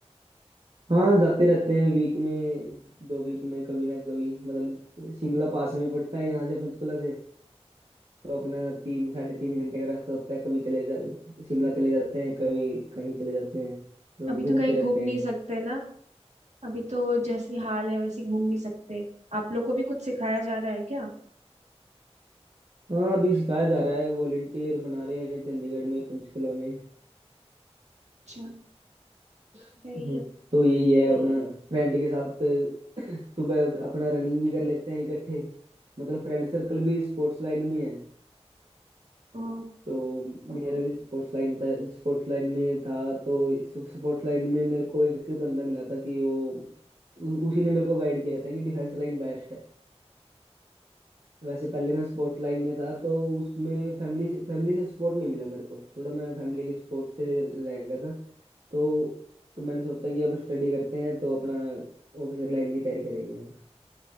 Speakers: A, on the right (about 65°); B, on the right (about 85°).
A: हाँ जाते रहते हैं वीक में दो वीक में कभी ना कभी मतलब शिमला पास में ही पड़ता है यहाँ से पंचकुला से तो अपना तीन साढ़े तीन घंटे का रास्ता होता है कभी चले जा शिमला चले जाते हैं कभी कहीं चले जाते हैं तो
B: अभी
A: घूमते
B: तो कहीं घूम
A: रहते
B: नहीं
A: हैं
B: सकते ना अभी तो जैसी हाल है वैसी घूम नहीं सकते आप लोग को भी कुछ सिखाया जा रहा है क्या
A: हाँ अभी सिखाया जा रहा है वॉलेंटियर बना रहे हैं चंडीगढ़ में पंचकुला में
B: अच्छा सही
A: हम्म।
B: है
A: तो यही है अपना फ्रेंड के साथ सुबह अपना रनिंग भी कर लेते हैं इकट्ठे मतलब फ्रेंड सर्कल भी स्पोर्ट्स लाइन में है
B: ओ
A: तो मेरा भी स्पोर्ट्स लाइन था स्पोर्ट्स लाइन में था तो स्पोर्ट्स लाइन में मेरे को एक बंदा मिला था कि वो उ- उसी ने मेरे को गाइड किया था कि डिफेंस लाइन बेस्ट है वैसे पहले मैं स्पोर्ट लाइन में था तो उसमें फैमिली से फैमिली से सपोर्ट नहीं मिला मेरे को थोड़ा मैं फैमिली के सपोर्ट से रह गया था तो तो मैंने सोचा कि अब स्टडी करते हैं तो अपना ऑफिसर लाइन की तैयारी करेंगे हम